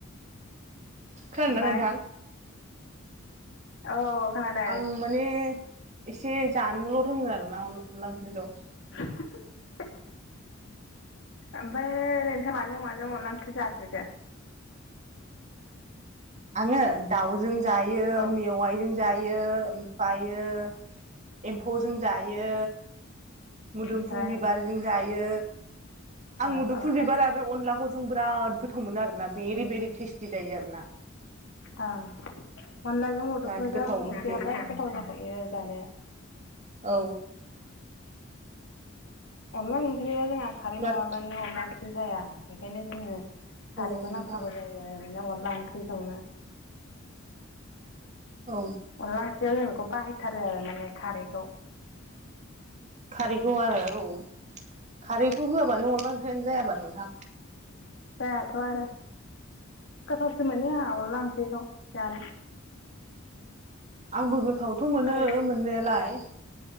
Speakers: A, on the right (about 35°); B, on the left (about 65°).
A: खोनादोंना
B: ओमफ्राय
A: नोंथां?
B: औ औ खानादों।
A: आं माने एसे जानोल' रोङो आरोना अन अनला ओंख्रिखौ।
B: <unintelligible> ओमफ्राय नोंथां माजों माजों अनला ओंख्रि जाफेरखो?
A: आङो दाउजों जायो
B: औ
A: मेवाइजों जायो ओमफ्रायो एम्फौजों जायो।
B: ओमफ्राय
A: मोदोमफुल बिबारजों जायो
B: ओ
A: आं मुदुमफुल
B: ओ
A: बिबार आरो अनलाखौ जों बिराद गोथाव मोनो आरोना भेरि भेरि टेस्टि जायो आरोना।
B: ओं अनलाजों मुदुमफुलजों
A: बिराद गोथाव ओंख्रि
B: एसेयालाय गोथाव जाखायो जानो।
A: औ।
B: अनला ओंख्रिया जोंहा खारै
A: बिराद
B: नङाबानो अनला ओंख्रि जाया बेखायनो जोङो
A: औ
B: खारैखौ
A: नोंथां
B: नांथारगौ जायो आरोना अनला ओंख्रि संनो। <inaudible>
A: औ।
B: अनला ओंख्रियाव जों बेखौ बाहायथारो आरो माने खारैखौ।
A: खारैखौ आरो औ खारैखौ होआबानो अनला ओंख्रियानो जायाबा नोंथां।
B: जायाथ' आरो गोथावसो मोनो आंहा अनला ओंख्रिखौ जानो।
A: आंबो गोथावथ' मोनो
B: ओं
A: मोननायालाय।